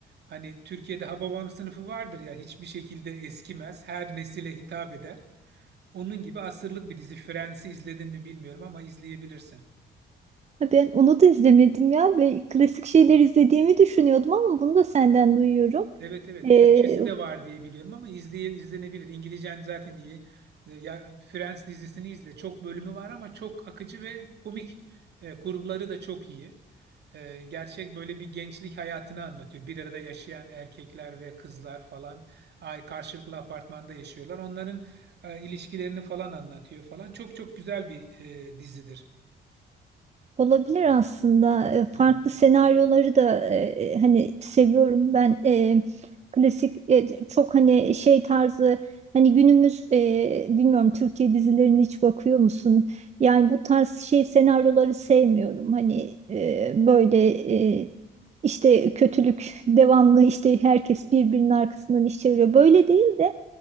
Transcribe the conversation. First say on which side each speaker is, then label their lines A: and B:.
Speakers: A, on the right (about 55°); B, on the right (about 35°).
A: Hani Türkiye'de Hababam sınıfı vardır ya hiçbir şekilde eskimez. Her nesile hitap eder. Onun gibi asırlık bir dizi. Friends'i izledin mi bilmiyorum ama izleyebilirsin.
B: Ha, Ben onu da izlemedim ya. Ve klasik şeyler izlediğimi düşünüyordum ama bunu da senden duyuyorum.
A: Evet evet
B: Ee,
A: Türkçesi de var diye biliyorum ama izleye, izlenebilir. İngilizcen zaten iyi. E, Ya Friends dizisini izle. Çok bölümü var ama çok akıcı ve komik. E, kurguları da çok iyi. E, gerçek böyle bir gençlik hayatını anlatıyor. Bir arada yaşayan erkekler ve kızlar falan ay karşılıklı apartmanda yaşıyorlar. Onların e, ilişkilerini falan anlatıyor falan. Çok çok güzel bir e, dizidir.
B: olabilir aslında. Ee, farklı
A: Hı hı.
B: senaryoları da e, hani seviyorum ben. Ee, klasik e, çok hani şey tarzı hani günümüz e, bilmiyorum Türkiye dizilerini hiç bakıyor musun? Yani bu tarz şey senaryoları sevmiyorum. Hani e, böyle e, işte kötülük devamlı işte herkes birbirinin arkasından iş çeviriyor. Böyle değil de